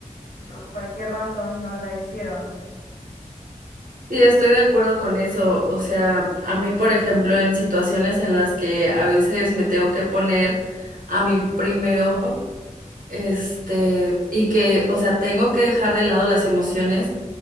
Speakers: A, on the left; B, on the right.
A: r- cualquier razón no la hicieron.
B: Sí, estoy de acuerdo con eso. O sea, a mí, por ejemplo, en situaciones en las que a veces me tengo que poner a mí primero, este, y que, o sea, tengo que dejar de lado las emociones,